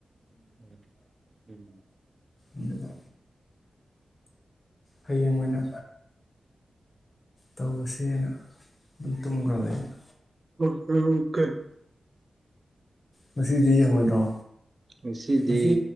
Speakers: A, on the right; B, on the left.
A: ꯎꯝ ꯎꯝ
B: ꯑꯗꯨꯒ ꯍꯌꯦꯡ ꯑꯣꯏꯅ ꯇꯧꯁꯦꯅ ꯑꯗꯨꯝ ꯇꯨꯝꯒ꯭ꯔꯕ ꯑꯩꯖꯨ
A: <unintelligible>
B: ꯉꯁꯤꯗꯤ ꯌꯦꯡꯉꯣꯏꯗ꯭ꯔꯣ?
A: ꯉꯁꯤꯗꯤ
B: ꯉꯁꯤ